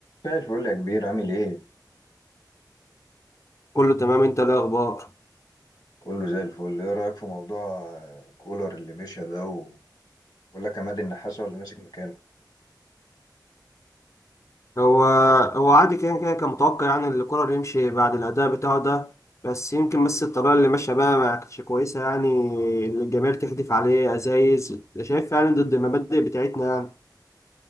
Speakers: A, on the left; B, on the left.
A: زي الفل يا كبير عامل ايه؟
B: كله تمام انت ايه الاخبار
A: كله زي الفل ايه رأيك في موضوع آه، كولر اللي مشى ده و- ولا كان عماد النحاس هو اللي ماسك مكانه
B: هو هو عادي كده كده كان متوقع يعني ان كولر يمشي بعد الاداء بتاعه ده بس يمكن بس الطريقه اللي ماشيه بقى ما كانتش كويسه يعني اللي الجماهير تحدف عليه ازايز شايف يعني ضد المبادئ بتاعتنا يعني